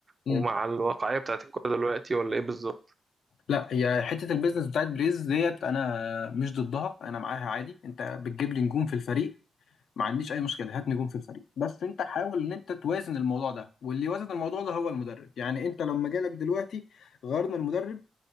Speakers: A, on the left; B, on the right.
A: دي
B: ومع الواقعية بتاعت الكورة دلوقتي ولا ايه بالظبط
A: لا هي حته البيزنس بتاعت بريز ديت انا مش ضدها انا معاها عادي انت بتجيب لي نجوم في الفريق ما عنديش اي مشكله هات نجوم في الفريق بس انت حاول ان انت توازن الموضوع ده واللي وازن الموضوع ده هو المدرب يعني انت لما جالك دلوقتي غيرنا المدرب